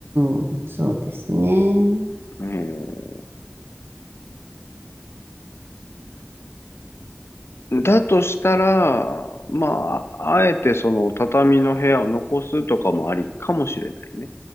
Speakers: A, on the right; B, on the left.
A: んうん。そうですね。
B: えだとしたら、まあ、あえてその畳の部屋を残すとかもありかもしれないね。